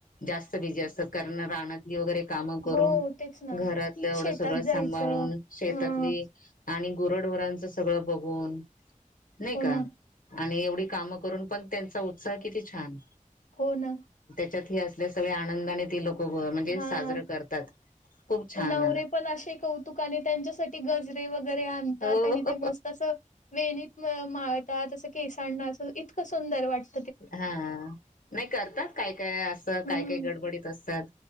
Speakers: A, on the left; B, on the left.
A: जास्त बिझी असतात कारण रानातली वैगेरे काम करून
B: हो तेच ना
A: घरातलं एवढं
B: शेतात
A: सगळं
B: जायचं
A: सांभाळून शेतातली
B: ह
A: आणि गोरडोरांच सगळं बघून नाही
B: हो
A: का.
B: ना
A: आणि एवढी कामं करून पण त्यांचा उत्साह किती छान.
B: हो ना.
A: त्याच्यात ह असल्या सगळ्या आनंदाने त लोक म्हणजे
B: हा
A: साजरं करतात. खूप छान
B: नवरे पण असे कौतुक आणि त्यांच्यासाठी गजरे वगैरे तात
A: हो
B: आणि ते मस्त अस वेणीत माळतात अस केसांना आस इ सुंदर वाटत
A: हा नाही करतात काय काय असं
B: हम्म,
A: काय काय गडबडीत असतात.